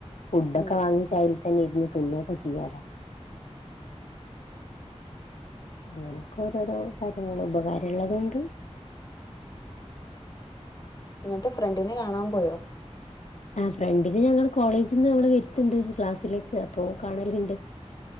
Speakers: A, on the left; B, on the left.
A: ഫുഡോക്കെ
B: ഉം
A: വങ്ങിച്ച് അയിൽ തന്നെ ഇരുന്ന് തിന്നൊക്കെ ചെയ്യാലോ അങ്ങനെക്കെ ഓരോരോ കാര്യങ്ങള് ഉപകാരള്ളതും ഇണ്ട്
B: എന്നിട്ട് ഫ്രണ്ടിനെ കാണാൻ പോയോ?
A: ആഹ് ഫ്രണ്ടിനെ ഞങ്ങള് കോളേജിന്ന് അവള് വര്ത്തിണ്ട് ക്ലാസ്സിലേക്ക് അപ്പോ കാണലിണ്ട്